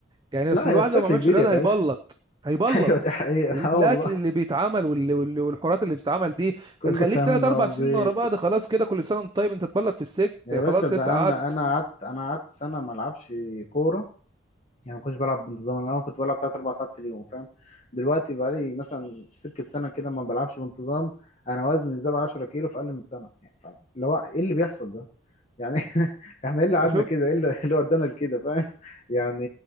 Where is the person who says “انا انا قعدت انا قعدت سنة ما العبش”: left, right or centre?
Left